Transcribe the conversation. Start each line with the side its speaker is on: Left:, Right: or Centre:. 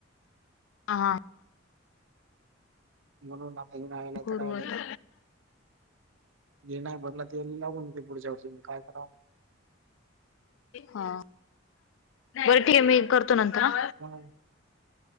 Left: ह
Right: म्हणून आता येऊन राहिलं
Left: करू
Right: तर राहीलं.
Left: आता.
Right: जे नाही भरला तेला लागून पुढच्या वर्षी म काय करावं.
Left: हा बरं ठीक मी करते. करतो नंतर हा
Right: म्हणून